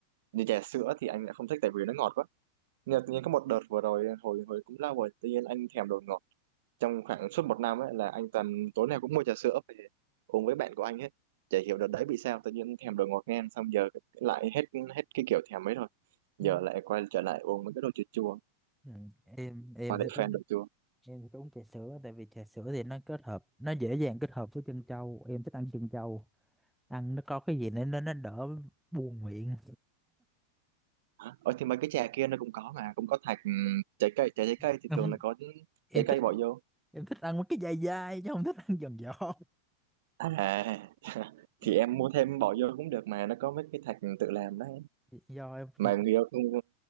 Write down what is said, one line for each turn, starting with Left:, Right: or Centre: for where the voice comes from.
Right: như trà sữa thì anh lại không thích tại vì nó ngọt quá nhưng mà tự nhiên có một đợt vừa rồi hồi hồi cũng lâu rồi tự nhiên anh thèm đồ ngọt trong khoảng suốt một năm ấy là anh toàn tối nào cũng mua trà sữa về uống với bạn của anh hết chả hiểu đợt đấy bị sao tự nhiên thèm đồ ngọt ngang xong giờ lại hết hết cái kiểu thèm ấy rồi giờ
Centre: Ừ.
Right: lại quay trở lại uống mấy cái đồ chua chua
Centre: Ừ. em em
Right: và lại
Centre: thích uống
Right: fan đồ chua
Centre: em thích uống trà sữa tại vì trà sữa thì nó kết hợp nó dễ dàng kết hợp với chân trâu em thích ăn chân trâu ăn nó có cái gì nên nó nó đỡ buồn miệng
Right: Hả? ờ thì mấy cái trà kia nó cũng có mà cũng có thạch ừm, trái cây trà trái
Centre: <laughs>
Right: cây thì
Centre: Không,
Right: thường là có
Centre: em
Right: trái
Centre: thích
Right: cây bỏ vô
Centre: em thích ăn mấy cái dai dai chứ không thích ăn giòn giòn
Right: à <laughs>
Centre: Ừ.
Right: thì em mua thêm bỏ vô cũng được mà nó có mấy cái thạch tự làm đấy
Centre: do em
Right: mà
Centre: chịu
Right: người yêu không